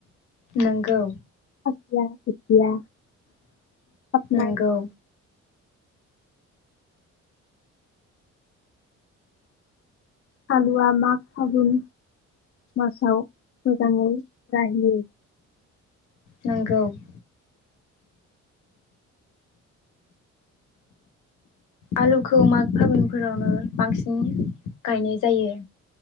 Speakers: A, on the left; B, on the left.
A: नोंगौ
B: <unintelligible> <unintelligible>
A: नंगौ
B: आलुआ माग फागुन मासाव मोजाङै जाहैयो
A: नोंगौ <inaudible> आलुखौ माग फागुनफोरावनो बांसिन गायनाय जायो।